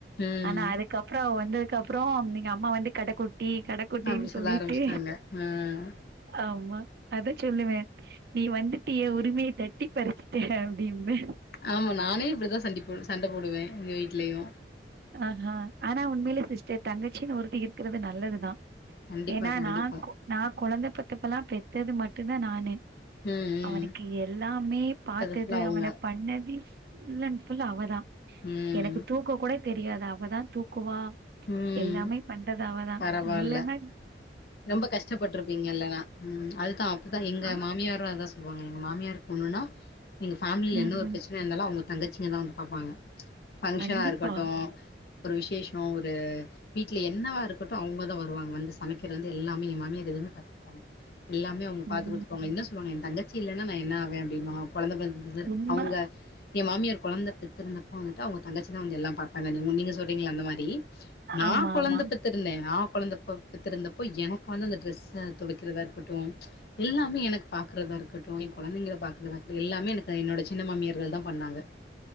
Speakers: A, on the left (about 55°); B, on the right (about 55°).
A: ம்
B: ஆனா அதுக் கப்றோ வந்ததுக் அப்புறோ நீங்க அம்மா வந்து கடக் கு டி கடக்குட்டின்
A: அப்டி சொல்ல
B: சொல்லிட்டு
A: ஆரம்பிச்சுட்டாங்க ம்
B: ஆமா அத சொல்லுவே நீ வந்துட்டியே ஏ உரிமைய தட்டி பறிச்சுட்டே டிம்மே
A: ஆமா நானே இப்படிதா சண்டி போ சண்ட போடுவே எங்க வீ ட்லியு
B: ஆஹ் ஆனா உண்மையில சிஸ்டர் தங்கச்சின்னு ஒருத்தி இருக்கிறது நல்லதுதா
A: கண்டிப்பா
B: ஏன்னா
A: கண்டிப்பா
B: நா கொ நா கொழந்த பெத்தப்பெல்லா பெத்தது மட்டு தா நானு
A: ம் ம்
B: அவனுக்கு எல்லாமே பாத்தது
A: ஃபுல்லா அவங்க
B: அவன பண்ணது ஃபுல் அன் ஃபுல் அவதா
A: ம்
B: எனக்கு தூக்க கூட தெரியாது அவதா தூக்குவா
A: ம்
B: எல்லாமே பண்றது அவ தா
A: பரவால்ல
B: இல்லனா
A: ரொம்ப கஷ்டப்பட்ருப்பீங்க இல்லனா ம் அதுதா அப்பதா எங்க
B: ஆ
A: மாமியாரு அதா சொ எங்க மாமியாருக் ஒன்னுனா எங்க பேமிலில
B: ம்ஹ்ம்.
A: எந்த ஒரு பிரச் பிரசன இருந்தாலு அவங்க தங்கச்சிங்க தா வந்து பாப்பாங்க பங்கஷனா
B: கண்டிப்பா.
A: இருக்கட்டு ஒரு விசேஷோ ஒரு து வீட்லியே என்னவா இருக்கட்டு அவங்கதா வருவாங்க வந்து சமைக்கிறது ந்து எல்லாமே எ மாமியார் எதுவுமே பாத்துப்பாங்க எல்லாமே பாத்து
B: ம்
A: குடுத்துட் போங்க என்ன சொல்வாங்க எ தங்கச்சி இல்லன்னா நா என்னாவே அப்டின்வா கொழந்த பெத்ததுல
B: உண்ம
A: அவுங்க எ மாமியார் கொழந்த பெத்திருந்தப்போ வந்துட்டு அவங்க தங்கச்சி தா வந்து எல்லா பாத்தாங்க நீ நீங்க சொல்றீங்களே அந்த மாரி நா
B: ஆமா
A: கொழந்த
B: ஆமா.
A: பெத் த்திருந்தே நா கொழந்த ப பெத்திருந்தப்போ எனக்கு வந்து அந்த டிரெஸ்ஸ துவைக்கிறதா இருக்கட்டு எல்லாமே எனக்கு பாக்குறதா இருக்கட்டு எ கொழந்தைங்கல பாக்கறதா இருக்கட்டு எல்லாமே எனக்கு என்னோட சின்ன மாமியர்கள் தா பண்ணாங்க <unintelligible>